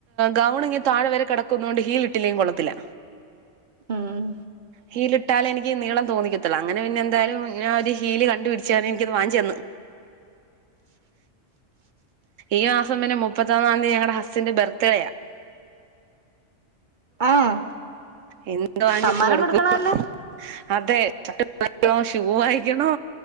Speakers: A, on the right; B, on the right.
A: ഗൗൺ ഇങ്ങ താഴെ വരെ കിടക്കുന്ന കൊണ്ട് ഹീൽ ഇട്ടില്ലെങ്ക കൊള്ളത്തില്ല
B: ഉം
A: ഹീലിട്ടാലേ എനിക്ക് നീളം തോന്നിക്കത്തുള്ളൂ അങ്ങനെ പിന്നെ എന്തായാലും ഞാൻ ഒരു ഹീല് കണ്ടുപിടിച്ച് അത് എനിക്കത് വാങ്ങിച്ചു തന്നു ഈ മാസം പിന്നെ മുപ്പത്തൊന്നാം തീയതി ഞങ്ങളടെ ഹസ്സിന്റെ ബർത്തിടെയാ.
B: ആഹ്
A: എൻ എന്തോ വാങ്ങിച്ചിട്ട്
B: സമ്മാനം
A: കൊടുക്കു,
B: കൊടുക്കണല്ലോ
A: <unintelligible> അതെ. <unintelligible> ഷൂവ് വായിക്കണോ